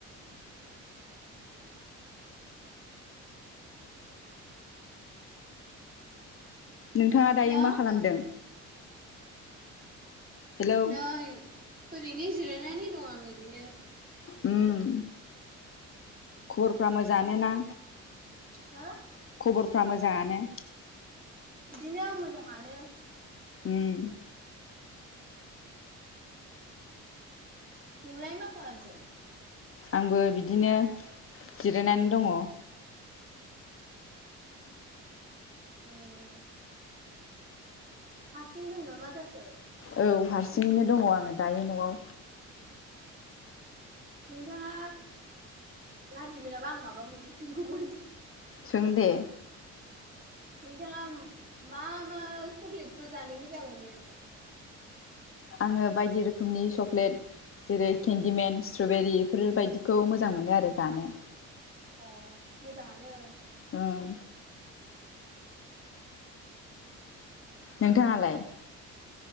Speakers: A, on the left; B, on the right.
A: नोंथाङा
B: हेलौ
A: दायो मा खालामदों हेलौ
B: नै ओरैनो जिरायनानै दं आं ओरैनो
A: उम खबरफोरा मोजाङानो ना
B: हा
A: खबरफ्रा मोजाङानो
B: बिदिनो मोजाङानो
A: होम
B: नोंलाय मा खालामदों
A: आंबो बिदिनो जिरायनानै दङ
B: ओम हारसिं दं ना मा जाखो
A: औ हारसिङैनो दङ आङो दायो न'आव
B: नोंथाङा गाज्रि मोनाबा आं माबा मोनसे सोंगौमोन
A: सोंदे
B: नोंथाङा मा मा चक्लेटफोर जानो मोजां मोनो
A: आङो बायदि रोखोमनि चक्लेट जेरै केन्दिमेन स्ट्रबेरि बेफोरबायदिखौ मोजां मोनो आरो जानो
B: अ मोजाङानो
A: ओं नोंथाङालाय